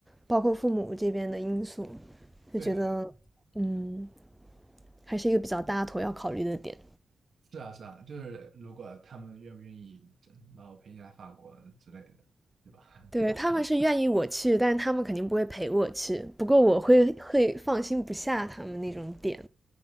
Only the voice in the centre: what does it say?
包括父母这边的因素，就觉得嗯，
还是一个比较大头要考虑的点。
对，
他们是愿意我去，但是他们肯定不会陪我去。不过我会会放心不下他们那种点。